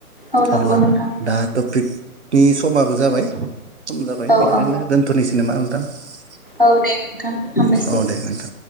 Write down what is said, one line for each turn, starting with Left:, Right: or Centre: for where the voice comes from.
Left: औ नंगौ
Right: अब्ला
Left: नोंथां
Right: दा टपिक दि समाबो जाबाय सम जाबाय
Left: औ
Right: बेनिखायनो
Left: औ
Right: दोन्थ'निसै मा नोंथां? <inaudible>
Left: औ दे नोंथां हामबाय सै।
Right: औ दे नोंथां